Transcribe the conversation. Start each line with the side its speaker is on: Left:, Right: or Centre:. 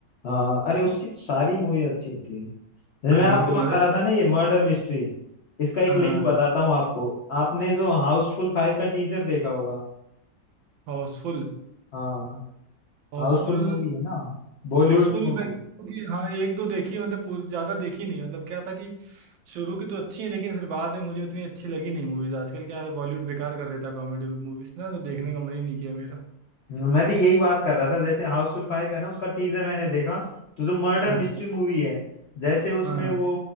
Left: हाँ अरे उसकी तो सारी मूवी अच्छी होती है जैसे
Right: हाँ
Left: मैं आपको
Right: मजा
Left: बता रहा था ना ये मर्डर मिस्ट्री इसका एक
Right: हाँ
Left: लिंक बताता हूँ आपको आपने जो हाउसफुल फाइव का टीजर देखा होगा
Right: हाउसफुल
Left: हाँ
Right: हाउसफुल
Left: हाउसफुल मूवी है ना बॉलीवुड
Right: हाउसफुल
Left: की मूवी
Right: मैं क्योंकि
Left: है
Right: हाँ एक दो देखी है मतलब पूरी ज्यादा देखी नहीं मतलब क्या था कि शुरू की तो अच्छी है लेकिन फिर बाद में मुझे उतनी अच्छी लगी नहीं मूवीज आजकल क्या है बॉलीवुड बेकार कर देता है कॉमेडी मूवीज ना तो देखने का मन ही नहीं किया मेरा
Left: मैं भी यही बात कर रहा था जैसे हाउसफुल फाइव है ना उसका टीजर मैंने देखा तो जो मर्डर मिस्ट्री
Right: अच्छा
Left: मूवी है जैसे उसमें
Right: हाँ हाँ
Left: वो